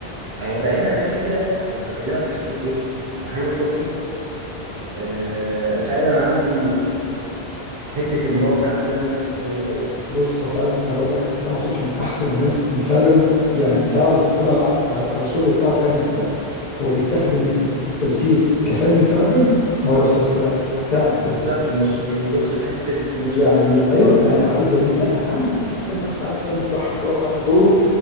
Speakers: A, on the right; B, on the left.
A: آه، هي بعيدا انها فكرة انا بكلمك في حتة ايه محمد صبحي آه، فعلا عنده حتة إن هو فعلا لازم يناقش قضية
B: بص هو فعلا انا بقول لك محمد صبحي من احسن الناس اللي فعلا يعني تعرف تقول على على على الشغل بتاعه فن فعلا هو بيستخدم ال- التمثيل كفن فعلا ان هو يوصل رساله فعلا
A: وبالظبط
B: لل-
A: مش بيبص لحتة الفلوس
B: يعني
A: أوي
B: ايوه يعني عائله ونيس لا هو فعلا بيستخدم معنى الفن الصح اللي هو فعلا دوره